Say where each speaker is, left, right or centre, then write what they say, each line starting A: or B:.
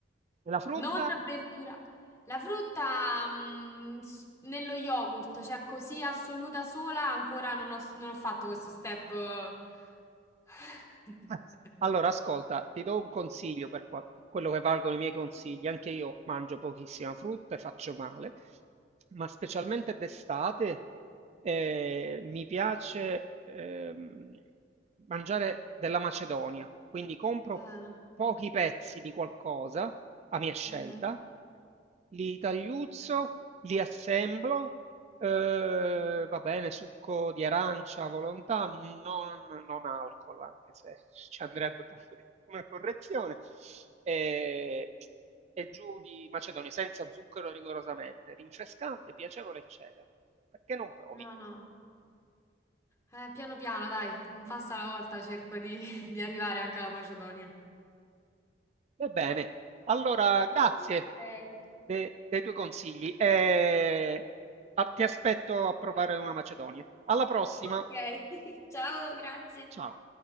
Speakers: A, on the right (about 35°); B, on the left (about 15°).
A: E la frutta?
B: Non verdura. La frutta, mm, s- nello yogurt, cioè così assoluta sola, ancora non ho, non ho fatto questo step. eh. <laughs>
A: Eh, Allora, ascolta, ti do un consiglio per qua- quello che valgono i miei consigli. Anche io mangio pochissima frutta e faccio male, ma specialmente d'estate eh, mi piace ehm, mangiare della Macedonia. Quindi compro
B: Eh,
A: pochi pezzi di qualcosa a mia scelta,
B: mhm.
A: li tagliuzzo, li assemblo, Ehm, va bene, succo di arancia a volontà, non non alcol, anche se <laughs> ci andrebbe pure una correzione, ehm, e giù di macedonia, senza zucchero rigorosamente, rinfrescante, piacevole, eccetera. Perché non provi?
B: No, no. Eh, piano piano, dai, un passo alla volta cerco di, <laughs> di arrivare anche alla Macedonia.
A: Va bene, allora grazie
B: Ok,
A: de dei tuoi consigli e a ti aspetto a provare una macedonia. Alla prossima,
B: ok. <laughs> Ciao, grazie.
A: ciao.